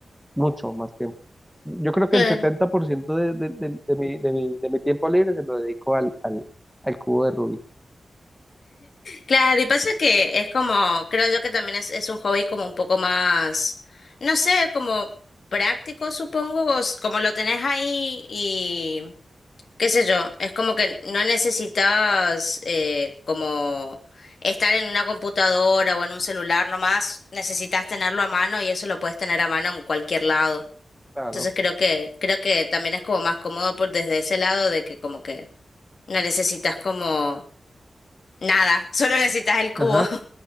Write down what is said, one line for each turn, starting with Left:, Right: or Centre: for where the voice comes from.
Centre: mucho más tiempo yo creo
Left: claro.
Centre: que el 70% de, de, de, de, mi, de, mi, de mi tiempo libre se lo dedico al, al, al cubo de Rubik.
Left: Claro, y pasa que es como, creo yo que también es, es un hobby como un poco más, no sé, como práctico, supongo, o s- como lo tenés ahí y qué sé yo, es como que no necesitas eh, como estar en una computadora o en un celular nomás, necesitas tenerlo a mano y eso lo puedes tener a mano en cualquier lado.
Centre: Claro.
Left: Entonces creo que, creo que también es como más cómodo por desde ese lado de que como que no necesitas como nada, <laughs> solo necesitas el cubo.
Centre: Ajá.